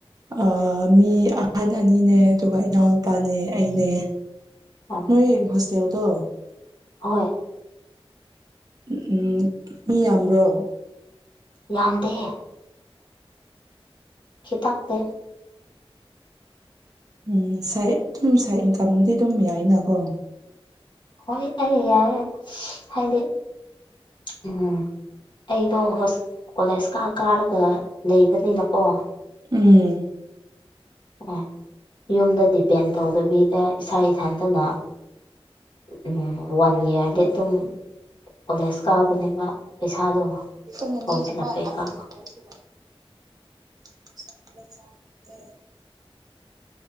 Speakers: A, on the right (about 40°); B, on the left (about 55°).
A: ꯑ ꯃꯤ ꯑꯍꯟ ꯑꯅꯤꯅꯦ ꯑꯗꯨꯒ ꯏꯅꯥꯎꯅꯨꯄꯥꯅꯦ ꯑꯩꯅꯦ
B: ꯑꯣ
A: ꯅꯣꯏ ꯍꯣꯁꯇꯦꯜ ꯗꯣ
B: ꯍꯣꯏ
A: ꯑ-ꯎꯝ ꯃꯤ ꯌꯥꯝꯕ꯭ꯔꯣ
B: ꯌꯥꯝꯗꯦ ꯈꯤꯇꯥꯛꯇꯦ
A: ꯎꯝ ꯁꯥꯏ ꯑꯗꯨꯝ ꯁꯥꯏ ꯏꯟꯀꯝꯒꯗꯤ ꯑꯗꯨꯝ ꯌꯥꯏꯅꯀꯣ
B: ꯍꯣꯏ ꯑꯩ ꯌꯥꯌꯦ ꯍꯥꯏꯗꯤ ꯎꯝ ꯑꯩꯗꯣ ꯍꯣꯁ-ꯀꯣꯂꯦꯖ ꯀꯥ ꯀꯥꯔꯒ ꯂꯩꯕꯅꯤꯅꯀꯣ
A: ꯎꯝ
B: ꯑꯣ ꯌꯨꯝꯗ ꯗꯤꯄꯦꯟ ꯇꯧꯗꯕꯤꯗ ꯏꯁꯥ ꯏꯊꯟꯇꯅ ꯎꯝ ꯋꯥꯟ ꯌꯥꯔꯗꯤ ꯑꯗꯨꯝ ꯀꯣꯂꯦꯖ ꯀꯥꯕꯅꯦꯕ ꯄꯩꯁꯥꯗꯣ
A: <unintelligible>
B: ꯐꯣꯝ ꯐꯤꯜ ꯎꯞ ꯀꯩꯀꯥ
A: <inaudible>